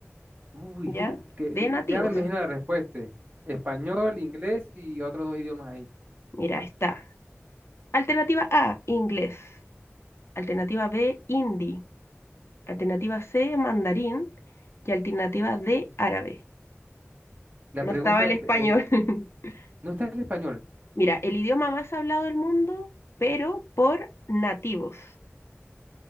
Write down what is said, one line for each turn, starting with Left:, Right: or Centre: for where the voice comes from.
Right: Uy,
Left: ¿Ya?
Right: que
Left: De nativos.
Right: ya me imagino la respuesta. Español, inglés y otros dos idiomas ahí.
Left: Mira, está. Alternativa A, inglés. Alternativa B, hindi. Alternativa C, mandarín. Y alternativa D, árabe.
Right: La
Left: No
Right: pregunta
Left: estaba el
Right: es,
Left: español.
Right: eh,
Left: <laughs>
Right: ¿no está el español?
Left: Mira, el idioma más hablado del mundo, pero por nativos.